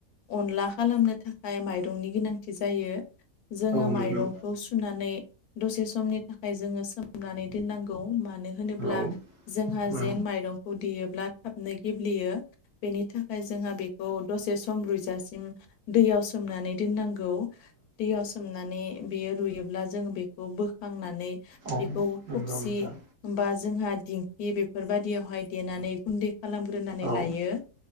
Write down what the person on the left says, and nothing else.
अनला खालामनो थाखाय माइरंनि गोनांथि जायो। जोङो
माइरं खौ सुनानै दसे समनि थाखाय जोङो सोमनानै दोननांगौ मानो होनोब्ला।
जोंहा
जेन माइरंखौ देयोब्ला थाबनो गेब्लेयो। बेनि थाखाय जोंहा बेखौ दसे सम रुयजासिम दैयाव सोमनानै दोननांगौ। दैयाव सोमनानै बेयो रुयोब्ला जों बेखौ बोखांनानै
बेखौ खोबसि
होमबा जोंहा दिंखि बेफोरबादियावहाय देनानै गुन्दै खालामग्रोनानै
लायो।